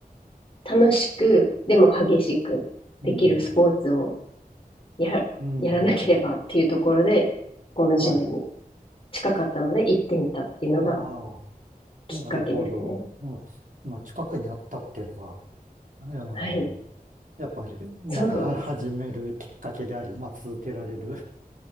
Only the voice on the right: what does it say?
うん。
うん。
はい。
あ
あ、なるほど。まあ、まあ近くにあったっていうのが、う
んやっぱり、なんかは、
始めるきっかけであり、まあ、続けられる